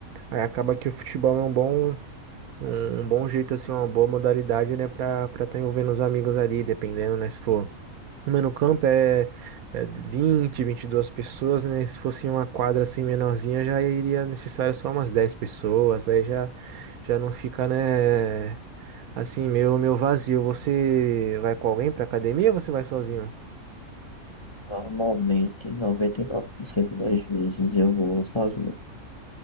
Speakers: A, on the right; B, on the left.
A: Aí acaba que o futebol é um bom. Um, um bom jeito, assim, uma boa modalidade, né, pra estar tá envolvendo os amigos ali, dependendo, né, se for. Uma no campo é, é vinte, vinte e duas pessoas, né? Se fosse uma quadra assim menorzinha, já iria necessário só umas 10 pessoas, aí já, já não fica, né, assim, meio, meio vazio. Você vai com alguém pra academia ou você vai sozinho?
B: Normalmente, 99% das vezes eu vou sozinho.